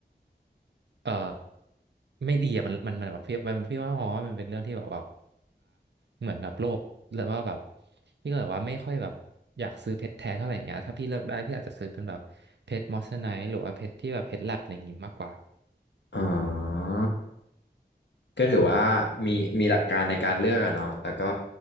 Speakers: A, on the right; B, on the left.
A: เออไม่ดีอ่ะมันมันมันแบบพี่มันพี่ว่ามองว่ามันเป็นเรื่องที่แบบว่าเหมือนแบบโลภแล้วว่าแบบพี่ก็แบบว่าไม่ค่อยแบบอยากซื้อเพชรแท้เท่าไหร่อย่างเงี้ยถ้าพี่เลือกได้พี่อาจจะซื้อเป็นแบบเพชรมอสไนท์หรือว่าเพชรที่แบบเพชรแลบอะไรอย่างงี้มากกว่า
B: อ่าก็ถือว่ามีมีหลักการในการเลือกอะเนาะแล้วก็